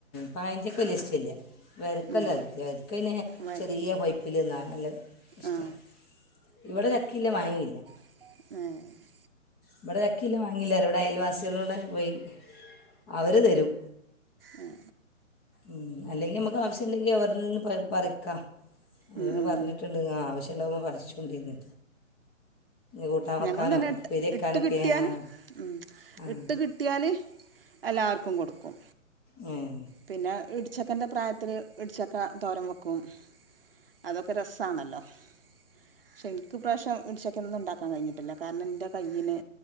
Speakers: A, on the left; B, on the right.
A: പയഞ്ചക്കവെല്യ ഇഷ്ടല്ല. വര്ക്കല്ല
B: ഉം
A: വര്ക്കെന്നെ
B: വരി
A: ചെറിയ പൈ പ്പ്‌ല്ന്ന നല്ല ഇഷ്ട.
B: ആ
A: ഇവിടെ ചക്കില്ല മാങ്ങില്ല.
B: ഏഹ്
A: ഇവിടെ ചക്കില്ല മാങ്ങില്ല ഇവിടെ അയൽവാസികളോടെ പോയി അവർ തരും.
B: ഉം
A: ഉം. അല്ലെങ്കിൽ നമുക്ക് ആവശ്യമുണ്ടെങ്കിൽ അവിടിന്ന് പറിക്കാ. അവരെ
B: ഉം ഉം
A: പറഞ്ഞിട്ടു ആവശ്യണ്ടാവുമ്പോ പറിച്ചോണ്ടിന്ന് കൂട്ടാൻ വെക്കാനൊ,
B: ഞങ്ങളും തന്നെ ഇട്ട്
A: ഉപ്പേരി വെക്കാനൊക്കെ,
B: ഇട്ട് കിട്ടിയാല്
A: ആ
B: ഉം
A: ആ
B: ഇട്ട് കിട്ടിയാല് എല്ലാർക്കും കൊടുക്കും.
A: ഉം
B: പിന്നെ ഇടിച്ചക്കെന്റെ പ്രായത്തില് ഇടിച്ചക്ക തോരൻ വെക്കും. അതൊക്കെ രസാണല്ലോ. പക്ഷെ എനിക്ക് ഈ പ്രാവശ്യം ഇടിച്ചക്ക ഒന്നും ഇണ്ടാക്കാൻ കഴിഞ്ഞിട്ടില്ല കാരണം ഇൻ്റെ കയ്യിന്